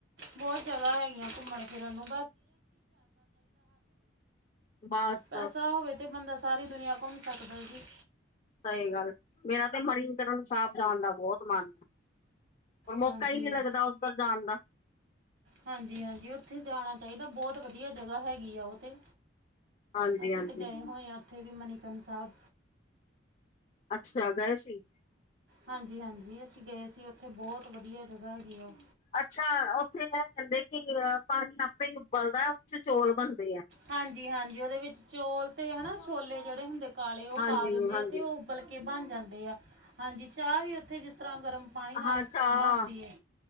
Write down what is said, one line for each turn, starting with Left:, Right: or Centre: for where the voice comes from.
Right: ਬਹੁਤ ਜਗ੍ਹਾ ਹੈਗੀਆਂ ਘੁੰਮਣ-ਫ਼ਿਰਨ ਨੂੰ।
Left: ਬਸ
Right: ਪੈਸਾ ਹੋਵੇ ਤੇ, ਬੰਦਾ ਸਾਰੀ ਦੁਨੀਆ ਘੁੰਮ ਸਕਦਾ ਜੀ।
Left: ਸਹੀ ਗੱਲ, ਮੇਰਾ ਤੇ ਮਣੀਂਕਰਨ ਸਾਹਬ ਜਾਣ ਦਾ ਬਹੁਤ ਮਨ ਪਰ, ਮੌਕਾ
Right: ਹਾਂਜੀ।
Left: ਹੀ ਨਹੀਂ ਲੱਗਦਾ ਓਧਰ ਜਾਣ ਦਾ।
Right: ਹਾਂਜੀ ਹਾਂਜੀ ਉੱਥੇ ਜਾਣਾ ਚਾਹੀਦਾ ਬਹੁਤ ਵਧੀਆ ਜਗ੍ਹਾ ਹੈਗੀ ਆ, ਉਹ ਤੇ।
Left: ਹਾਂਜੀ-ਹਾਂਜੀ
Right: ਅਸੀਂ ਤੇ ਗਏ ਹੋਏ ਹਾਂ। ਉੱਥੇ ਵੀ ਮਨੀਕਰਨ ਸਾਬ
Left: ਅੱਛਾ। ਗਏ ਸੀ?
Right: ਹਾਂਜੀ- ਹਾਂਜੀ ਅਸੀਂ ਗਏ ਸੀ। ਉੱਥੇ ਬਹੁਤ ਵਧੀਆ ਜਗ੍ਹਾ ਹੈਗੀ ਆ, ਉਹ।
Left: ਅੱਛਾ! ਉੱਥੇ ਇਹ ਕਹਿੰਦੇ ਕਿ, ਅ ਪਾਣੀ ਆਪੇ ਹੀ ਉਬਲਦਾ ਹੈ, ਉਹ 'ਚ ਚੋਲ ਬਣਦੇ ਆ।
Right: ਹਾਂਜੀ-ਹਾਂਜੀ, ਉਹਦੇ ਵਿੱਚ ਚੋਲ ਤੇ ਹਨਾ, ਛੋਲੇ ਜਿਹੜੇ ਹੁੰਦੇ ਕਾਲੇ ਉਹ
Left: ਹਾਂਜੀ-ਹਾਂਜੀ
Right: ਪਾ ਦਿੰਦੇ ਆ, ਤੇ ਉਹ ਉਬਲ ਕੇ ਕੇ ਬਣ ਜਾਂਦੇ ਆ, ਹਾਂਜੀ, ਚਾਹ ਵੀ ਉੱਥੇ ਜਿਸ ਤਰ੍ਹਾਂ ਗਰਮ ਪਾਣੀ ਨਾਲ
Left: ਹਾਂ ਚਾਹ
Right: ਬਣਦੀ ਐ।